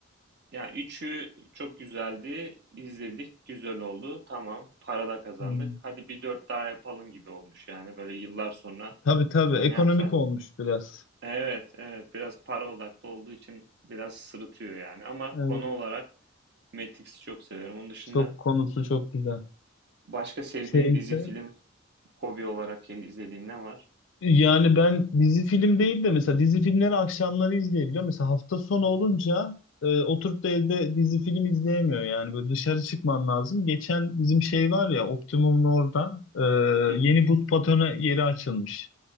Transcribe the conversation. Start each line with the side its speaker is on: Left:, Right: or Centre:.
Right: yani üçü çok güzeldi. İzledik. Güzel oldu. Tamam. Para da kazandık.
Left: Hmm.
Right: Hadi bir dört daha yapalım gibi olmuş yani. Böyle yıllar sonra
Left: Tabii tabii. Ekonomik
Right: ya ne yapsak?
Left: olmuş biraz.
Right: Evet, evet. Biraz para odaklı olduğu için biraz sırıtıyor yani. Ama
Left: Evet.
Right: konu olarak Matrix'i çok severim. Onun dışında
Left: Çok konusu çok güzel.
Right: başka sevdiğin
Left: Şeyde.
Right: dizi, film, hobi olarak izlediğin ne var?
Left: Yani ben dizi film değil de mesela dizi filmleri akşamları izleyebiliyorum. Mesela hafta sonu olunca e, oturup da evde dizi film izleyemiyor yani. Böyle dışarı çıkman lazım. Geçen bizim şey var ya Optimum'un orada e,
Right: Hı hı.
Left: yeni buz patonu yeri açılmış.